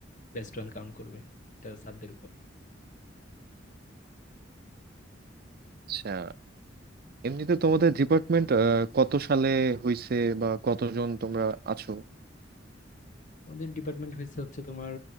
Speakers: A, on the left (about 45°); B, on the right (about 55°).
A: বেস্ট রান কাউন্ট করবে এটা স্যারদের উপর
B: আচ্ছা এমনিতে তোমাদের ডিপার্টমেন্ট কত সালে হইছে বা কতজন তোমরা আছো
A: আমাদের ডিপার্টমেন্ট হয়েছে হচ্ছে তোমার